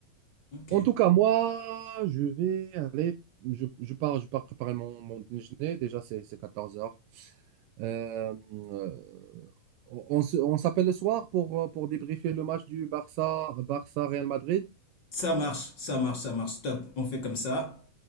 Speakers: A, on the left; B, on the right.
A: Ok.
B: En tout cas, moi, je vais aller, je, je pars, je pars préparer mon, mon déjeuner. Déjà, c'est, c'est 14 heures. Euh, euh, on on se- on s'appelle le soir pour, euh, pour débriefer le match du Barça, Barça Real Madrid.
A: Ça marche, ça marche, ça marche, stop, on fait comme ça.